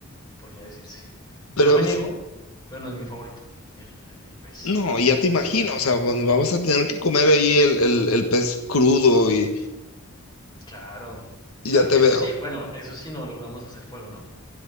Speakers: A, on the left; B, on the left.
A: podría decirse.
B: pero
A: No me niego,
B: s-
A: pero no es mi favorito, el, el pez,
B: no, ya te
A: la
B: imagino,
A: comida marina.
B: o sea, bueno, vamos a tener que comer ahí el, el- el pez crudo y,
A: Claro,
B: y
A: cla-
B: ya te
A: eso
B: veo.
A: sí, bueno, eso sí no logramos hacer fuego, ¿no?